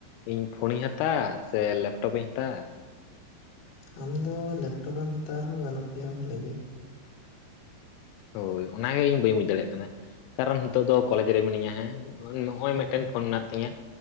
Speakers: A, on the left; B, on the left.
A: ᱤᱧ ᱯᱷᱳᱱᱤᱧ ᱦᱟᱛᱟᱣᱟ ᱥᱮ ᱞᱮᱯᱴᱚᱯ ᱤᱧ ᱦᱟᱛᱟᱣᱟ
B: ᱟᱢᱫᱚ ᱞᱮᱯᱴᱚᱯ ᱵᱮᱢ ᱦᱟᱛᱟᱣ ᱨᱮᱦᱚᱸ ᱜᱟᱱᱚᱜ ᱜᱮᱭᱟ ᱵᱟᱹᱞᱮ ᱜᱮ᱾
A: ᱦᱳᱭ ᱚᱱᱟᱜᱮ ᱤᱧ ᱵᱟᱹᱧ ᱵᱩᱡ ᱫᱟᱲᱮᱭᱟᱜ ᱠᱟᱱᱟ, ᱠᱟᱨᱚᱱ ᱱᱤᱛᱚᱜ ᱫᱚ ᱠᱚᱞᱮᱡᱽ ᱨᱮ ᱢᱤᱱᱟᱹᱧᱟ ᱦᱮᱸ ᱱᱚᱜᱼᱚᱭ
B: ᱦᱮᱸ
A: ᱢᱤᱫᱴᱮᱱ ᱯᱷᱳᱱ ᱢᱮᱱᱟᱜ ᱛᱤᱧᱟᱹ